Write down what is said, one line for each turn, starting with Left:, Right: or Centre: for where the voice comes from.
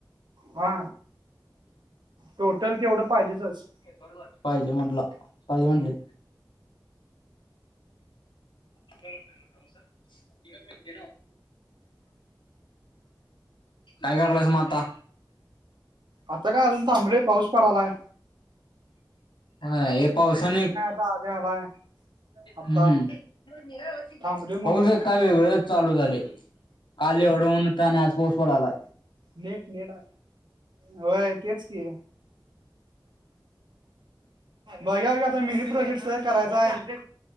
Right: हा टोटल तेवढं पाहिजेचच.
Left: बरोबर पाहिजे म्हणलं पाहिजे म्हणलीत. <unintelligible> काय करायलास म आता?
Right: आता काय अजून थांबलोय पाऊस पडायलाय.
Left: वय हे पावसान एक.
Right: आत्ता अभ्या आलाय. आता
Left: हम्म हम्म,
Right: थांबले म्हणून
Left: पाऊस एक काय वेगळेच चालू झाले काल एवढं ऊन होतं आणि आज पाऊस पडायला.
Right: नेट नेट होय तेच की. बघ आता मिनी प्रोजेक्ट करायचा आहे.